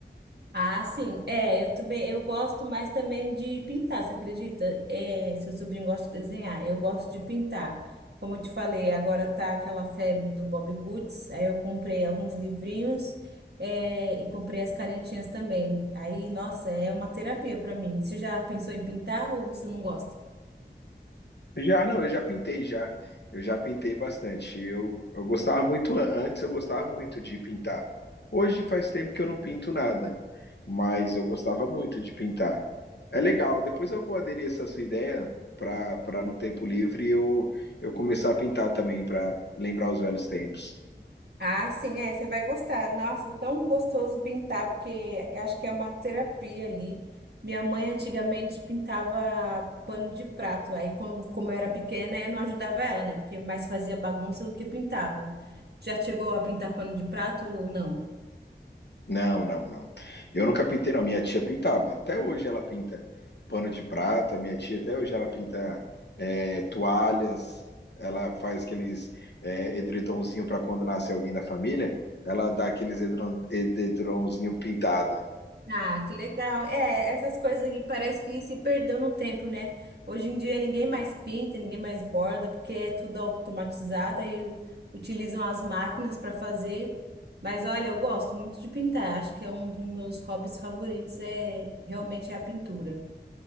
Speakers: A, on the right; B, on the left.
A: Ah, sim. É, eu também, eu gosto mais também de pintar, você acredita? É, seu sobrinho gosta de desenhar, eu gosto de pintar. Como eu te falei, agora tá aquela febre do Bob Goods, aí eu comprei alguns livrinhos, é, e comprei as canetinhas também. Aí, nossa, é uma terapia para mim. Você já pensou em pintar ou você não gosta?
B: Já, não, eu já pintei já. Eu já pintei bastante. Eu, eu gostava muito, an- antes eu gostava muito de pintar. Hoje faz tempo que eu não pinto nada, mas eu gostava muito de pintar. É legal. Depois eu vou aderir essa sua ideia para para no tempo livre eu, eu começar a pintar também, para lembrar os velhos tempos.
A: Ah, sim, é, você vai gostar. Nossa, é tão gostoso pintar, porque eu acho que é uma terapia ali. Minha mãe antigamente pintava pano de prato. Aí, como, como eu era pequena, eu não ajudava ela, né? Porque mais fazia bagunça do que pintava. Já chegou a pintar pano de prato ou não?
B: Não, não, não. Eu nunca pintei, não. Minha tia pintava. Até hoje ela pinta pano de prata. Minha tia, até hoje, ela pinta é, toalhas. Ela faz aqueles é, edredonzinho para quando nasce alguém na família. Ela dá aqueles edron- edredonzinho pintada.
A: Ah, que legal. É, essas coisas aí parece que se perdeu no tempo, né? Hoje em dia ninguém mais pinta, ninguém mais borda, porque é tudo automatizado e utilizam as máquinas para fazer. Mas olha, eu gosto muito de pintar. Acho que é um dos meus hobbies favoritos, é realmente é a pintura.